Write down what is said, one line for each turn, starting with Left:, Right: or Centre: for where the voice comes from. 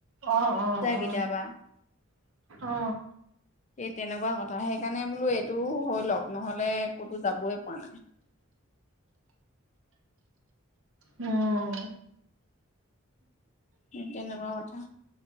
Right: অ অ অ,
Left: কেতিয়াবা।
Right: অ।
Left: এ তেনেকুৱা কথা সেইকাৰণে বোলো এইটো হৈ লওক নহলে ক'তো যাবই পোৱা নাই।
Right: উম।
Left: তেনেকুৱা কথা।